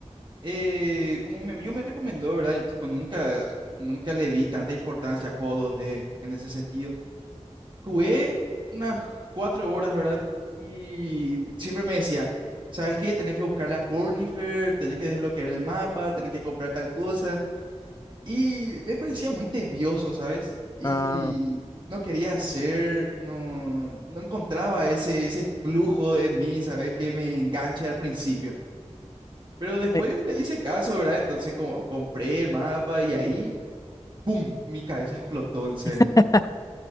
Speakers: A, on the right; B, on the left.
A: eh, como mi amigo me recomendó, ¿verdad? Y, tipo, nunca, nunca le di tanta importancia a juegos dos d en ese sentido. Jugué unas cuatro horas, ¿verdad? Y siempre me decía, ¿sabes qué? Tenés que buscar la Cornifer, tenés que desbloquear el mapa, tenés que comprar tal cosa. Y me parecía muy tedioso, ¿sabes? Y
B: Ah,
A: no quería hacer, no, no encontraba ese, ese flujo en mí, ¿sabes? Que me enganche al principio. Pero después
B: eh,
A: le hice caso, ¿verdad? Entonces co- compré el mapa y ahí, ¡pum! Mi cabeza explotó, en serio.
B: <laughs>